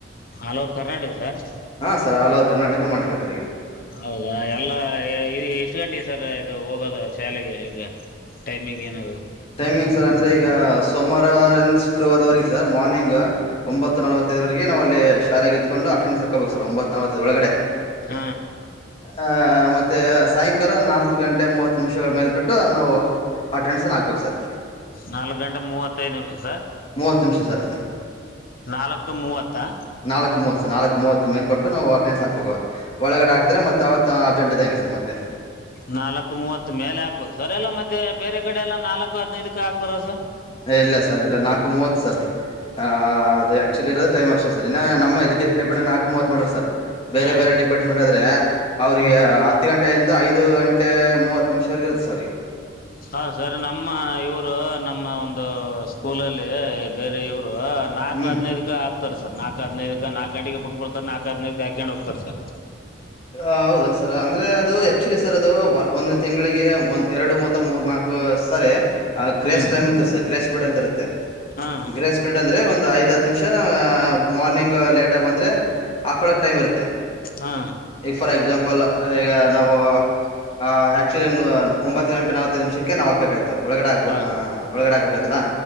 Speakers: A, on the left (about 50°); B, on the left (about 30°).
A: all over Karnataka sir
B: ಹಾಂ ಸರ್ ಆಲ್ ಓವರ್ ಕರ್ನಾಟಕ ಮಾಡಾಕತ್ತರ್ ಈಗ
A: ಹೌದಾ ಎಲ್ಲಾ ಈ ಎಷ್ಟು ಗಂಟೆಗೆ ಸರ್ ಇದು ಹೋಗೋದು ಶಾಲೆಗೆ ಈಗ. ಟೈಮಿಂಗ್ ಏನಾದ್ರೂ
B: ಟೈಮಿಂಗ್ ಸರ್ ಅಂದ್ರೆ ಈಗ ಸೋಮವಾರ ರಿಂದ ಶುಕ್ರವಾರದವರೆಗೆ ಸರ್ ಮಾರ್ನಿಂಗ್ ಒಂಬತ್ತು ನಲ್ವತ್ತೈದ್ರೆಗ್ ನಾವು ಅಲ್ಲಿ ಶಾಲೆಗೆ ಇದ್ದಕಂಡು ಅಟೆಂಡೆನ್ಸ್ ಹಾಕೋಬೇಕು ಸರ್ ಒಂಬತ್ತು ನಲವತ್ತೈದ್ ಒಳಗಡೆ.
A: ಹ
B: ಹ ಮತ್ತೆ ಸಾಯಂಕಾಲ ನಾಲ್ಕು ಗಂಟೆ ಮೂವತ್ತು ನಿಮಿಷ ಮೇಲ್ಪಟ್ಟು ನಾವು ಆಟೆಂಡ್ಸನ್ ಆಗ್ಬೇಕು ಸರ್.
A: ನಾಲ್ಕು ಗಂಟೆ ಮೂವತ್ತೈದು ನಿಮಿಷ ಸರ್
B: ಮೂವತ್ತು ನಿಮಿಷ ಸರ್
A: ನಾಲ್ಕು ಮೂವತ್ತಾ
B: ನಾಲ್ಕೂ ಮೂವತ್ತು ನಾಲ್ಕೂ ಮೂವತ್ತು ಮೇಲ್ಪಟ್ಟು ನಾವು ಅಂಟೆಡೆನ್ಸ್ ಹಾಕಬೇಕು. ಒಳಗಡೆ ಹಾಕಿದ್ರೆ ಮತ್ತೆ ಅವತ್ ಅಬ್ಸೆಂಟ್ ಇದ್ದಂಗೆ ಸರ್ ಮತ್ತೆ.
A: ನಾಲ್ಕು ಮೂವತ್ತು ಮೇಲೆ ಹಾಕ್ಬೇಕು ಸರ್ ಎಲ್ಲಾ ಮತ್ತೆ ಬೇರೆ ಕಡೆ ಎಲ್ಲಾ ನಾಲ್ಕು ಹದಿನೈದಕ್ಕೆ ಹಾಕ್ತಾರಲ್ಲ ಸರ್
B: ಹೆ ಇಲ್ಲ ಸರ್ ಇಲ್ಲ ನಾಲ್ಕು ಮೂವತ್ತು ಸರ್ ಹ ಅ ಆಕ್ಚುಲಿ ಇರೋ ಟೈಮ್ ಅಷ್ಟೇ ಸರ್ ಇನ್ನು ನಮ್ಮ ಎಜುಕೇಶನ್ ಡಿಪಾರ್ಟ್ಮೆಂಟ್ ನಾಲ್ಕು ಮೂವತ್ತು ಮಾಡ್ರ್ ಸರ್. ಬೇರೆ
A: ಹಾಂ
B: ಬೇರೆ ಡಿಪಾರ್ಟ್ಮೆಂಟ್ ಆದ್ರೆ ಅವ್ರಿಗೆ
A: ಹ್ಞೂ
B: ಹತ್ ತ್ತು ಗಂಟೆಯಿಂದ ಐದು ಗಂಟೆ ಮೂವತ್ತು ನಿಮಿಷವರೆಗೆ ಇರುತ್ತೆ ಸರ್ ಅವರಿಗೆ.
A: ಹಾ ಸರ್ ನಮ್ಮ ಇವ್ರು ನಮ್ಮ ಒಂದು ಸ್ಕೂಲಲ್ಲಿ ಬೇರೆ ಇವರು. ನಾಕು
B: ಹ್ಮ್
A: ಹದಿನೈದು ಹಾಕ್ತಾರೆ ಸರ್ ನಾಕು ಹದಿನೈದು ನಾಕು ಗಂಟೆಗೆ ಬಿಟ್ಟುಬಿಡ್ತಾರ್ ನಾಕ್ ಹದಿನೈದುಕ್ಕೆ ಹಾಕ್ಕೊಂಡ್ ಹೋಗತ್ತಾರ್ ಸರ್.
B: ಹ ಹೌದ ಸರ್ ಅಂದ್ರೆ ಅದು ಆಕ್ಚುಲಿ ಸರ್ ಅದು ಒಂದು ತಿಂಗಳಿಗೆ ಒಂದ್ ಎರಡು ಮತ್ತ್ ಮೂರ್ ನಾಕ್ ಸರಿ ಗ್ರೇಸ್
A: ಹ್ಞೂ
B: ಟೈಮ್ ಅಂತ ಗ್ರೇಸ್ ಫೀಲ್ಡ್ ಅಂತ ಇರುತ್ತೆ
A: ಹಾಂ
B: ಗ್ರೇಸ್ ಸ್ಪಟ್ ಅಂದ್ರೆ ಒಂದು ಐದ ಹತ್ ನಿಮಿಷ ಮಾರ್ನಿಂಗ್ ಲೇಟ್ ಆಗಿ ಬಂದ್ರೆ ಹಾಕೊಳಕ್ ಟೈಮ್ ಇರುತ್ತೆ.
A: ಹಾ
B: ಈ ಫಾರ್ ಎಕ್ಸಾಂಪಲ್ ಈಗ ನಾವು. ಹ ಆಕ್ಚುಲಿ ಇನ್ನು ಒತ್ ಗಂಟೆ ನಾಲ್ವೈತೈದು ನಿಮಿಷಕ್ಕೆ ನಾವ್ ಆಗ್ಬೇಕಾಗಿತ್ತು. ಒಳಗಡೆ ಹಾಬೇಕ
A: ಹಾಂ
B: ಒಳಗಡೆ ಹಾಕ್ಬೇತ್ತಲ್ಲ